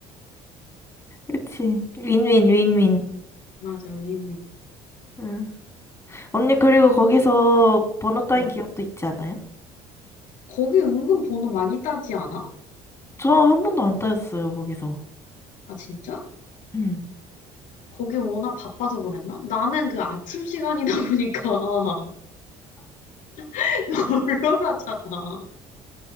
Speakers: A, on the left; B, on the left.
A: 그치. 윈윈, 윈윈.
B: <laughs> 맞아, 위민.
A: 음. 언니, 그리고 거기서 번호 따인
B: 응.
A: 기억도 있지 않아요?
B: 거기 은근 번호 많이 따지 않아?
A: 저 한 번도 안 따였어요, 거기서.
B: 아, 진짜?
A: 음.
B: 거기 워낙 바빠서 그랬나? 나는 그 아침 시간이다 보니까 <laughs> 널널하잖아.